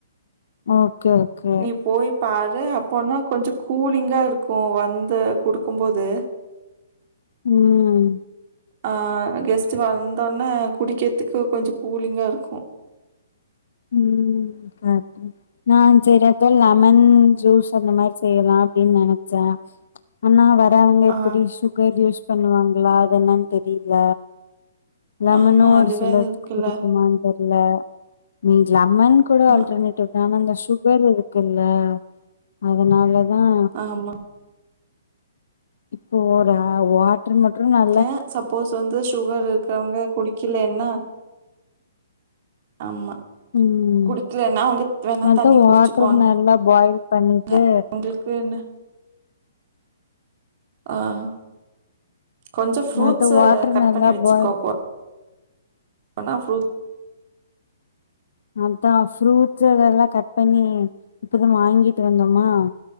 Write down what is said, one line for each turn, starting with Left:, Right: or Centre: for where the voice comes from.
Left: ஓகே ஒகே
Right: நீ போய் பாரு அப்போனா கொஞ்ச கூலிங்காக இருக்கு வந்து குடுக்கும்போது
Left: ம்
Right: அ கெஸ்ட்டு வந்தோனே குடிக்கிறதுக்கு கொஞ்சோ கூலிங்கா இருக்கு
Left: ம் காட்டு நா செரி அதா லெமன் ஜூஸ் அந்த மாரி செய்யலா அப்டின்னு நெனச்சே ஆனா வரவங்க எப்டி
Right: ஆ,
Left: சுகர் யூஸ் பண்ணுவாங்களா அது என்னன்னு தெரியில லெமனோ
Right: ஆமா. அது
Left: ஒரு சிலர்த்துக்கு
Right: வேற இருக்குல்ல.
Left: புடிக்குமான் தெர்ல நீங்க லெமன் கூட
Right: ஆமா,
Left: ஆல்டர்னேட்டிவ்தா ஆன அந்த சுகர் இருக்குல்ல அதனாலத் அஅ
Right: ஆமா.
Left: இப்போ ஒரு அ வாட்ரு மற்றும்ல
Right: அ சப்போஸ் வந்து சு சுகர் இருக்கறவங்க குடிக்கலேன்னா ஆமா
Left: ம்
Right: குடிக்லேன்னா வந்துட் வேணா
Left: அதா
Right: தண்ணி குடிச்சுக்குவாங்
Left: வாட்டர் நல்லா பாயில் பண்ணிட்டு
Right: க அவங்களுக் வேணு ஆஹ கொஞ்சோ ஃப்ரூட்ஸ்ஸ
Left: அது வாட்டர்
Right: கட்
Left: நல்லா
Right: பண்ணி வச்சுக்கோ
Left: பாயில்
Right: அப்போ என்னா ஃப்ரூட்
Left: அன்தா ஃப்ரூட்ஸ்ஸு அதெல்லா கட் பண்ணி இப்பதா வாங்கிட்டு வந்தோமா